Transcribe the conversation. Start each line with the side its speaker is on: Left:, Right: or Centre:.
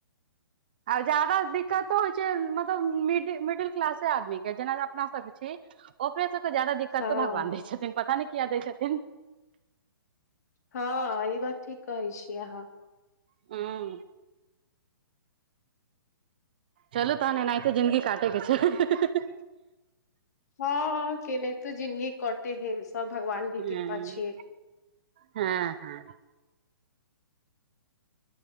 Right: आब जादा दिक्कतो होइ छै मतलब मिड मिडिल क्लासे आदमी के जेना जे अपना सब छी ओकरे सबके ज्यादा दिक्कतो
Left: हँ
Right: भगवान दै छथिन पता नइ किया दै छथिन
Left: हँ ई बात ठीक कहै छियै अहाँ
Right: हू चलू तहन एनाहिते जिन्दगी काटेय के छै
Left: हँ केनाहितो जिनगी कटै है सब भगवान के
Right: हँ
Left: कृपा छियै
Right: हँ हँ